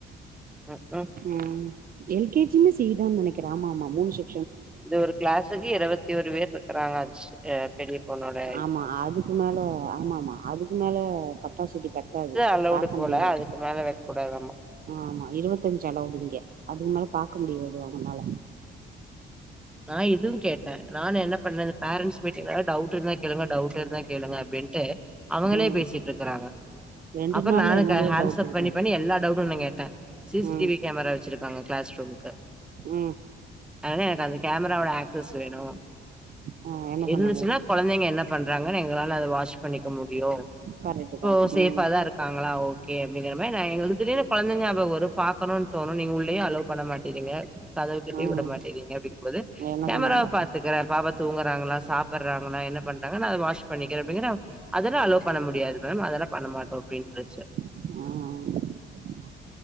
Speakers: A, in the centre; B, on the right.
A: ம் ம்
B: உம் எல் கே ஜி யுமே சி தான் நெனைக்கிறே ஆமா ஆமா மூணு ஷெ
A: இது ஒரு கிளாஸுக்கு இருபத்தி ஒரு பேர் இருக்குறாங்க அச் அ பெரிய பொண்ணோட இதுக்
B: ஆமா அதுக்கு மேல ஆமா ஆமா அதுக்கு மேல கப்பாசிட்டி பத்தாது
A: அலவுடு
B: பாக்க
A: போல
B: முடியாது
A: அதுக்கு மேல வைக்க கூடாதாமா
B: ஆமா இருபத்தஞ்சு அளவ்டிங்க அதுக் மேல பாக்க முடியாது அவனால
A: நா இதுவு கேட்டே நான் என்ன பண்ணது பேரன்ட்ஸ் மீட்டிங்ல டவுட் ட் இர்ந்தா கேளுங்க டவ்ட் இர்ந்தா கேளுங்க அப்டின்ட்டு அவங்களே
B: ம்
A: பேசிட் இருக்கறாங்க
B: ரெண்டு
A: அப்புற
B: நாள்ல
A: நானு
B: என்னல்லா
A: கெ ஹேண்ட்ஸ்
B: டவுட்
A: அப்
B: இருக்கு
A: பண்ணி பண்ணி எல்லா டவுட்டுன்னு கேட்ட சிசிடிவி
B: ம்
A: கேமரா வச்சிருக்காங்க கிளாஸ் ரூம்க்கு
B: ம்
A: அர்ன ஆகாது கேமராவோட ஆக்சஸ் வேணு
B: ஆ என்ன
A: இருந்துச்சுன்னா
B: சொன்னாங்க
A: கொழந்தைங்க என்ன பண்றாங்கனு எங்களால அத வாட்ச் பண்ணிக்க முடியு
B: கரெக்ட்டு
A: இப்போ
B: தா
A: சேஃபா
B: ம்
A: தா இருக்காங்களா ஓகே அப்டிங்கிற மாரி நான் எங்களுக்கு திடீனு குழந்தைங்க நாபகம் வரும் பாக்கணுன் தோணும் நீங்க உள்ளயு அலோ பண்ண மாட் செரிங்க கதவு கிட்டயு
B: ம்
A: விட மாட்டேறீங்க அப்டி போது
B: என்ன
A: கேமரா
B: சொன்னாங்க
A: பாத்துக்கறேன் பாப்பா தூங்கறாங்களா சாப்புட்றாங்களா என்ன பண்றாங்கனது வாஷ் பண்ணிக்கிறே அப்படிங்கடா அதெல்லாம் அலோ பண்ண முடியாது மேம் அதெல்லாம் பண்ணமாட்டோம் அப்படின்றுச்சு
B: ஆஹ்